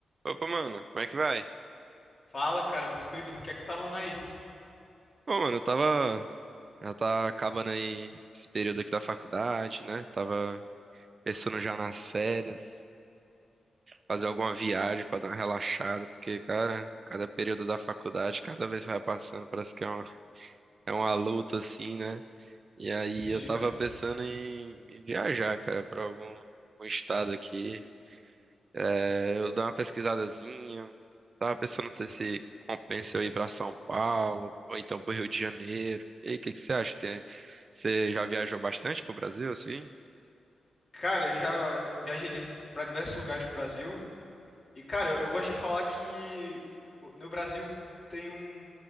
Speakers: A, on the right; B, on the left.
A: Opa, mano, como é que vai?
B: Fala, cara, tranquilo? O que é que tá rolando aí?
A: Bom, mano, eu tava. Já tá acabando aí esse período aqui da faculdade, né? Tava pensando já nas férias, fazer alguma viagem pra dar uma relaxada, porque, cara, cada período da faculdade, cada vez que vai passando, parece que é uma, é uma luta, assim, né? E aí
B: Sim,
A: eu tava
B: cara.
A: pensando em, em viajar, cara, pra algum, algum estado aqui. É, eu dou uma pesquisadazinha. Tava pensando, não sei se compensa eu ir pra São Paulo ou então pro Rio de Janeiro. E aí, o que que você acha? Tem- Você já viajou bastante pro Brasil, assim?
B: Cara, eu já viajei de- pra diversos lugares no Brasil. E, cara, eu, eu gosto de falar que o- no Brasil tem um.